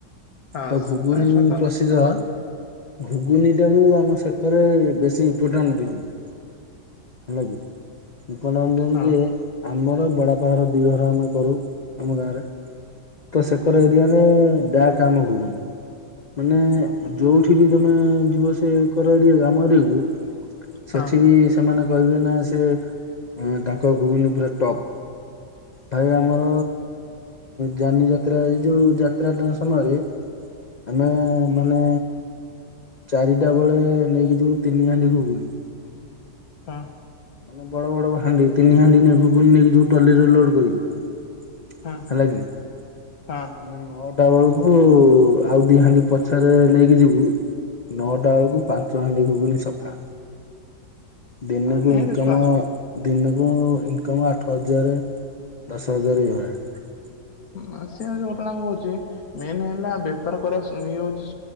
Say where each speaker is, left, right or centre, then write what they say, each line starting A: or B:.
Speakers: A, on the left (about 60°); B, on the left (about 80°).
A: ହଁ
B: ତ ଘୁଗୁନି
A: ତା ସ୍ୱାଦ
B: ପ୍ରସିଦ୍ଧ ଘୁଗୁନି ଟାକୁ ଆମ ସେକରେ ବେଶୀ ଇମ୍ପୋର୍ଟାଣ୍ଟ ଦିଅନ୍ତି ହେଲା କି? ଉପନନ୍ଦନ
A: ହଁ
B: ଯିଏ ଆମର ବଡ଼ାପା ଘର ଦୁଇଘର ଆମେ କରୁ, ଆମ ଗାଁରେ। ତ ସେକର
A: ଓହୋ
B: ଏରିିଆର କାମୁ ଘୁଗୁନି। ମାନେ
A: ହଁ
B: ଯୋଉଠି ବି ତମେ ଯୁବ ସେ କର ଏରିଆକୁ ଆମ ଏରିଆ କୁ। ସେଠି
A: ହଁ
B: ବି ସେମାନେ କହିବେ ନା ସେ ତାଙ୍କ ଘୁଗୁନି ପୁରା ଟପ୍ ଭାଇ ଆମର ଯାନି ଯାତ୍ରା ଏ ଯଉ ଯାତ୍ରା ସମୟରେ। ଆମେ ମାନେ ଚାରିଟା ବେଳେ ନେଇକି ଯିବ ତିନି ହାଣ୍ଡି ଘୁଗୁନି।
A: ହଁ।
B: ମାନେ ବଡ ବଡ ହାଣ୍ଡି ତିନି ହାଣ୍ଡି ଘୁଗୁନି ନେଇକି ଯିବୁ ଟଲିରେ ଲୋଡ କରିକି।
A: ହଁ
B: ହେଲା କି ଆମେ
A: ହଁ
B: ନ ଆଟା ବେଳକୁ ଆଉ ଦି ହାଣ୍ଡି ପଛରେ ନେଇକି ଯିବୁ ନଅଟା ବେଳକୁ ପାଞ୍ଚ ହାଣ୍ଡି ଭୋଗୁନି ସଫା। ଦିନକୁ
A: ନିହାତି
B: ଇନ୍ କମ
A: ସ୍ୱା
B: ଦିନକୁ ଇନକମ୍ ଆଠ ହଜାର ଦଶ ହଜାର ଏଇ ଭଳିଆ।
A: ହୁଁ ଆସିବ ହଉଛିମ ଆଉଚି ମେନ୍ ହେଲା ବେ ବେପାର କରାଇଏ ହଉ ଚି